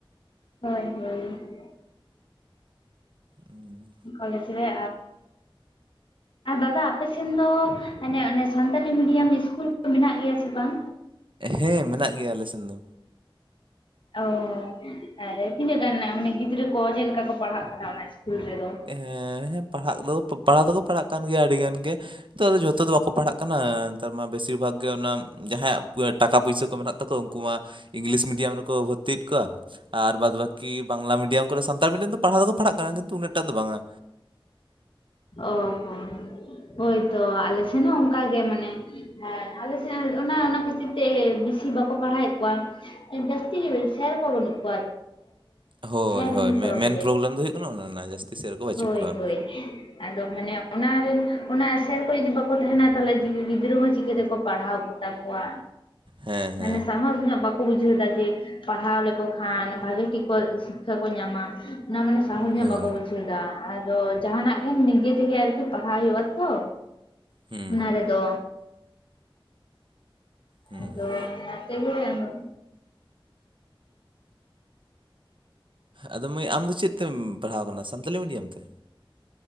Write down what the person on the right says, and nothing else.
ᱦᱩᱸ᱾
ᱦᱮᱸ ᱢᱮᱱᱟᱜ ᱜᱮᱭᱟ ᱟᱞᱮ ᱥᱮᱱ ᱫᱚ᱾
ᱦᱮᱸ ᱯᱟᱲᱦᱟᱜ ᱫᱚ ᱯᱟᱲᱦᱟᱜ ᱫᱚᱠᱚ ᱯᱟᱲᱦᱟᱜ ᱠᱟᱱ ᱜᱮᱭᱟ ᱟᱹᱰᱤ ᱜᱟᱱ ᱜᱮ, ᱱᱤᱛᱚᱜ ᱫᱚ ᱡᱚᱛᱚ ᱫᱚ ᱵᱟᱠᱚ ᱯᱟᱲᱦᱟᱜ ᱠᱟᱱᱟ ᱱᱮᱛᱟᱨ ᱢᱟ ᱵᱮᱥᱤᱨ ᱵᱷᱟᱜ ᱜᱮ ᱚᱱᱟ᱾ ᱡᱟᱦᱟᱸᱭᱟᱜ ᱴᱟᱠᱟ ᱯᱩᱭᱥᱟᱹ ᱠᱚ ᱢᱮᱱᱟᱜ ᱛᱟᱠᱚᱣᱟ ᱩᱱᱠᱩ ᱢᱟ ᱤᱝᱞᱤᱥ ᱢᱤᱰᱤᱭᱟᱢ ᱨᱮᱠᱚ ᱵᱷᱚᱨᱛᱤᱭᱮᱫ ᱠᱚᱣᱟ᱾ ᱟᱨ ᱵᱟᱫ ᱵᱟᱹᱠᱤ ᱵᱟᱝᱞᱟ ᱢᱤᱰᱤᱭᱟᱢ ᱠᱚᱨᱮ ᱥᱟᱱᱛᱟᱲ ᱢᱤᱰᱤᱭᱟᱢ ᱫᱚ ᱯᱟᱲᱦᱟᱣ ᱫᱚᱠᱚ ᱯᱟᱲᱦᱟᱜ ᱠᱟᱱᱟ ᱠᱤᱱᱛᱩ ᱩᱱᱟᱹᱜᱴᱟ ᱫᱚ ᱵᱟᱝᱼᱟ,
ᱦᱳᱭ
ᱦᱳᱭ ᱢᱮ-
ᱢᱮᱱ ᱫᱚ ᱦᱩᱭᱩᱜ ᱠᱟᱱᱟ ᱚᱱᱮ ᱚᱱᱟ ᱨᱮᱱᱟᱜ, ᱡᱟᱹᱥᱛᱤ ᱥᱮᱫ ᱨᱮᱠᱚ ᱵᱟᱹᱪᱩᱜ
ᱠᱚᱣᱟ
ᱦᱮᱸ ᱦᱮᱸ
ᱦᱳᱭ
ᱦᱩᱸ
ᱦᱩᱸ
ᱦᱩᱸ
ᱟᱫᱚ ᱢᱟᱹᱭ ᱟᱢᱫᱚ ᱪᱮᱫ ᱛᱮᱢ ᱯᱟᱲᱦᱟᱣ ᱠᱟᱱᱟ ᱥᱟᱱᱛᱟᱞᱤ ᱢᱤᱰᱤᱭᱟᱢ ᱛᱮ?